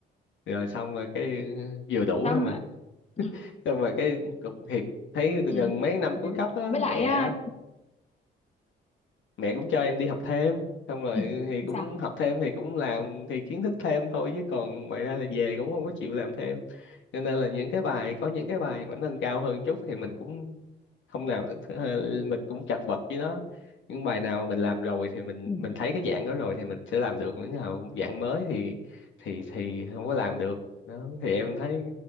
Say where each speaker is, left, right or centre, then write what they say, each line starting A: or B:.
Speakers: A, on the left; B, on the left.
A: rồi xong rồi cái ừ, vừa đủ
B: xong
A: thôi mà
B: rồi ừ,
A: xong rồi cái cục thiệt thấy gần
B: ừ,
A: mấy năm
B: vậy
A: cuối
B: được.
A: cấp á
B: với
A: mẹ
B: lại à,
A: mẹ cũng cho em đi học thêm xong rồi
B: ừ,
A: thì cũng
B: sao
A: học thêm thì cũng làm thì kiến thức thêm thôi chứ còn ngoài ra là về cũng không có chịu làm thêm cho nên là những cái bài có những cái bài mà nâng cao hơn chút thì mình cũng không nào <laughs> mình cũng chật vật với nó những bài nào mà mình làm rồi thì mình
B: ừ,
A: mình thấy cái dạng đó rồi thì mình sẽ làm được những nào dạng mới thì thì thì không có làm được đó thì em thấy